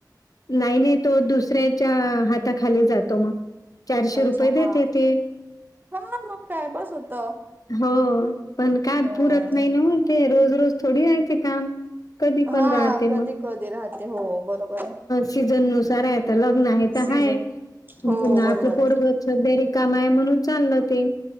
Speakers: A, on the left; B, on the right.
A: नाही नाही तो दुसऱ्याच्या हाताखाली जातो मग चारशे
B: अच्छा
A: रुपये
B: हा
A: देते ते
B: हा मग काय बस होत
A: हो पण का
B: हम्म
A: पुरत नाही ना. ते रोज रोज थोडी यायचे काम कधी पण
B: हा
A: राहते
B: कधी
A: मग
B: कधी राहते हो बरोबर.
A: सीजन नुसार आहे आता लग्न आहे तर
B: सीझन
A: हाय पुन्हा
B: हो बरोबर
A: आपलं पोडग
B: आहे
A: सदरी कामा आहे म्हणून चाललं ते